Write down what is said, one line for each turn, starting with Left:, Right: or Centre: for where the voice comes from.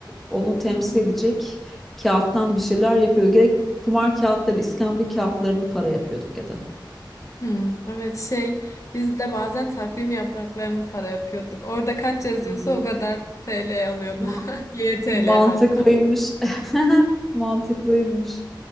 Centre: Onu temsil
Left: Hı hı.
Centre: edecek kağıttan bir şeyler yapıyor. Gerek kumar kağıtları, iskambil kağıtlarını para yapıyorduk ya da.
Left: Hmm, evet şey, biz de bazen takvim yapraklarını para yapıyorduk. Orada kaç yazıyorsa
Centre: Hmm.
Left: o kadar TL alıyordu.
Centre: Ma-
Left: <laughs> YTL
Centre: mantıklıymış.
Left: hatta.
Centre: <laughs> Mantıklıymış.